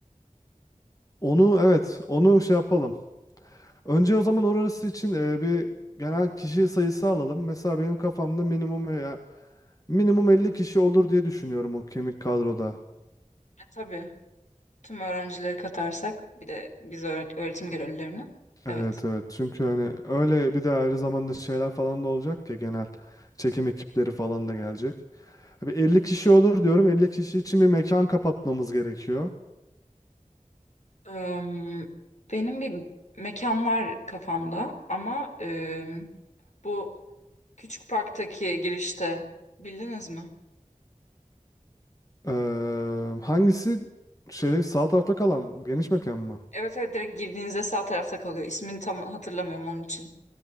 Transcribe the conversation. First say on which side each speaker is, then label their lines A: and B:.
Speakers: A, on the left; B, on the left.
A: Onu evet, onu şey yapalım. Önce o zaman orası için e, bir genel kişi sayısı alalım. Mesela benim kafamda minimum veya minimum 50 kişi olur diye düşünüyorum o kemik kadroda.
B: E, tabii tüm öğrencileri katarsak bir de biz öğret- öğretim görevlilerini. Evet.
A: Evet evet. Çünkü hani öyle bir de ayrı zamanda şeyler falan da olacak ya genel çekim ekipleri falan da gelecek. Bir 50 kişi olur diyorum. 50 kişi için bir mekan kapatmamız gerekiyor.
B: Em, benim bir mekan var kafamda ama em, bu küçük parktaki girişte bildiniz mi?
A: Ee, hangisi şeyde sağ tarafta kalan geniş mekan mı?
B: Evet evet direkt girdiğinizde sağ tarafta kalıyor. İsmini tam hatırlamıyorum onun için.